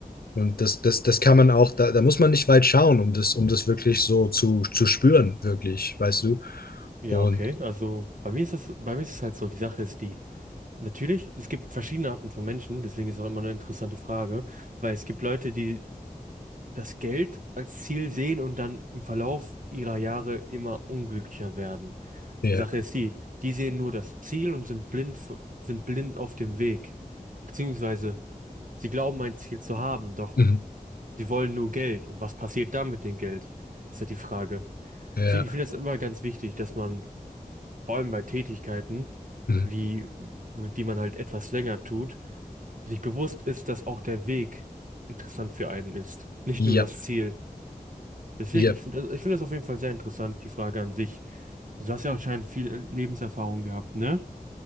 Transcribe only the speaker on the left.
und das, das, das kann man auch, da, da muss man nicht weit schauen, um das, um das wirklich so zu, zu spüren, wirklich, weißt du?
Und
ja,
mhm.
ja,
mhm.
ja,
ja.